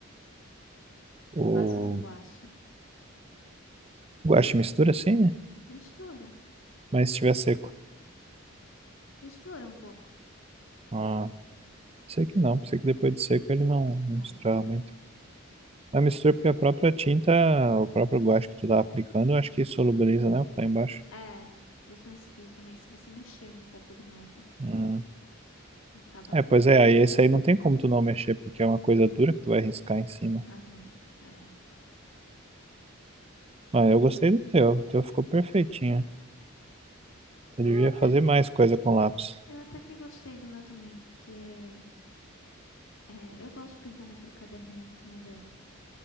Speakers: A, on the right; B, on the left.
A: O
B: é quase um guache.
A: guache mistura sim, né?
B: Mistura.
A: mas se estiver seco.
B: Mistura um pouco.
A: Ah, sei que não, pensei que depois de seco ele não,
B: Não.
A: não misturava muito. A mistura porque a própria tinta, o próprio guache que tu tá aplicando, eu acho que solubiliza, né? o que Tá embaixo.
B: É. Principalmente, se- e também se você mexer um pouco demais, né?
A: Hum.
B: Acaba.
A: É, pois é, aí esse aí não tem como tu não mexer, porque é uma coisa dura que tu vai riscar em cima.
B: Aham. é.
A: Ah, eu gostei do teu, o teu ficou perfeitinho. Tu
B: Eu
A: devia
B: até
A: fazer
B: que,
A: mais coisa com lápis.
B: eu até que gostei do meu também, porque é, eu gosto pintando aquele caderninho que tu me deu.